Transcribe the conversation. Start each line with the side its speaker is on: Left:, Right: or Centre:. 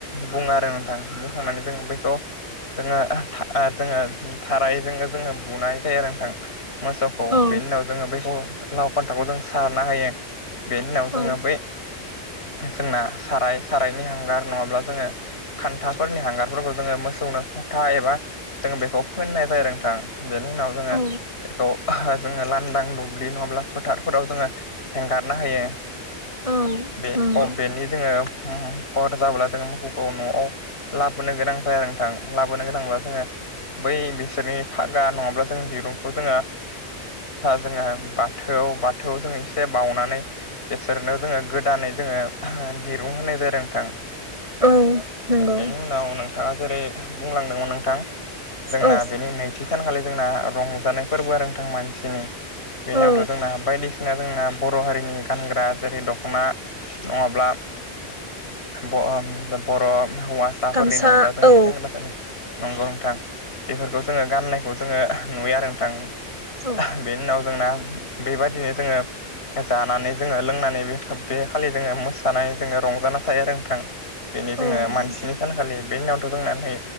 Left: बुङो आरो नोंथां। थांनानै जोङो बैखौ जोङो ओ जोङो थारायजोंनो जोङो बुनाय जायो आरो नोंथां मोसौखौ
Right: औ
Left: बेनि उनाव जोङो बैखौ लाव फान्थाखौ जों सारना हायो बेनि उनाव
Right: औ
Left: जोङो बै जोंना साराय सारायनि हांगार नङाब्ला जोङो खान्था फोरनि हांगारफोरखौ जोङो मोसौनो फथा एबा जों बेखौ फोननाय जायो नोंथां बेनि उनाव जोङो
Right: औ
Left: बेखौ जोङो लांदां दुब्लि नङाब्ला फोथार फोराव जोङो हेंगारनो हायो
Right: औ
Left: बे
Right: नंगौ
Left: अ' बेनि जोङो हुम हुम हर जाब्ला जोङो मोखौखो न'आव लाबोनो गोनां जायो नोंथां लाबोनो गोनांब्ला जोङो बै बिसोरनि फागा नङाब्ला जों दिरुंखौ जोङो जोङो थौ बाथौ जों एसे बाउनानै बिसोरनो जोङो गोदानै जोङो दिरुं होनाय जादों नोंथां
Right: औ नंगौ
Left: बेनि उनाव नों थाङा जेरै बुंलांदोंमोन नोंथां। जोंना
Right: औ
Left: बेनि नैथि सानखालि जोंना रंजानाय फोरबो आरो नोंथां मानसिनि। बेनि
Right: औ
Left: उनावथ' जोंना बायदिसिन ना जोंना बर' हारिनि गानग्रा जेरै दख'ना नङाब्ला ब ओ बर' हौवासाफोरनि
Right: गामसा
Left: नङाब्ला जोंनि
Right: औ
Left: सेंग्राफोरनि नंगौ नोंथां बेफोरखौ जोङो गाननायखौ जोङो नुयो आरो नोंथां।
Right: औ
Left: बेनि उनाव जोंना बेबादिनो जोङो जानानै जोङो लोंनानै बे बे खालि जोङो मोसानाय जोङो रंजाना थायो आरो नोंथां। बेनि जोङो
Right: औ
Left: मानसिनि सानखालि बेनि उनावथ' जोंना नै